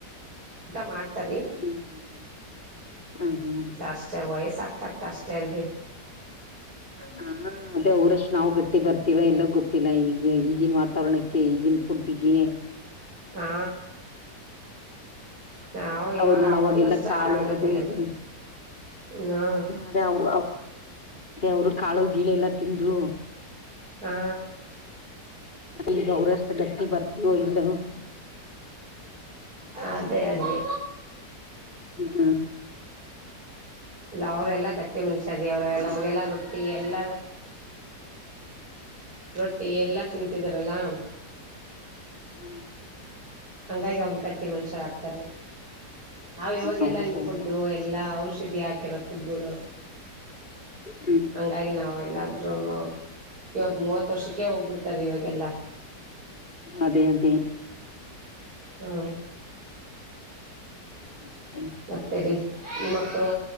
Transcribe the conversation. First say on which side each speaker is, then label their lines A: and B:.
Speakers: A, on the right; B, on the left.
A: ಊಟ ಮಾಡ್ತಾರಿ
B: ಹ್ಮ್ ಹ್ಮ್ ಹ ಹಾ
A: ಅಷ್ಟೇ ವಯಸ್ಸ ಆಗ್ತ ಆಗ್ತ ಅಷ್ಟೇ ಅಲ್ರಿ
B: ಹ <inaudible> ಹ ಅದೆ ಅವರಷ್ಟು ನಾವು ಗಟ್ಟಿ ಬರ್ತಿವ ಎಲ್ಲ ಗೊತ್ತಿಲ್ಲ ಈಗ ಈಗಿನ ವಾತಾವರಣಕ್ಕೆ ಈಗಿನ ಫುಡ್ಗೆ
A: ಹಾ ನಾವು ಇವಾಗ
B: ಅವ್ರ್ ನೋಡು
A: ಅವಾಗನು
B: ಅವಾಗೆಲ್ಲ
A: ಅಷ್ಟ
B: ಕಾಳು
A: ಆಗೋದಿಲ್ಲ
B: ಅದು ಇದು
A: ಬಿಡ್ರಿ ಹಾ
B: ಅದೆ ಅವ್ ಅವರು ಕಾಳು ಗೀಳು ಎಲ್ಲಾ ತಿಂದು
A: ಹಾ
B: ಈಗ ಅವ್ರಷ್ಟ ಗಟ್ಟಿ ಬರ್ತವೋ ಇಲ್ಲ
A: ಅದೇ ಅದೇ
B: ಹ್ಮ
A: ಲ್ಲ ಅವರೆಲ್ಲ ಗಟ್ಟಿ ಮನುಷ್ಯ ದ ಅವ್ರ ಅವಾಗೆಲ್ಲ ರೊಟ್ಟಿ ಎಲ್ಲ ರೊಟ್ಟಿ ಎಲ್ಲಾ ತಿಂತಿದಾರಲ್ಲಾ
B: ಹ
A: ಹಂಗಾಗಿ ಅವ್ರ ಗಟ್ಟಿ ಮನುಷ್ಯರ ಆಗ್ತಾರೀ ನಾವು ಇವಾಗೆಲ್ಲ
B: ಹೌದು
A: ಇನ
B: ಹೌದು
A: ಫುಡ್ಡು ಎಲ್ಲ ಔಷಧಿ ಹಾಕಿರೋ ಫುಡ್ಗಳು
B: ಹ್ಮ್
A: ಹಂಗಾಗಿ ನಾವ್ ಎಲ್ಲಾದ್ರೂನು ಇವತ್ ಮೂವತ್ ವರ್ಷಕ್ಕೆ ಹೋಗ್ಬಿಡ್ತಾರ ಇವಾಗೆಲ್ಲ
B: ಅದೇ ಅದೇ
A: ಹಾ
B: ಹತ <unintelligible>
A: ಮತ್ತೆರಿ ನಿಮ್ ಮಕ್ಳು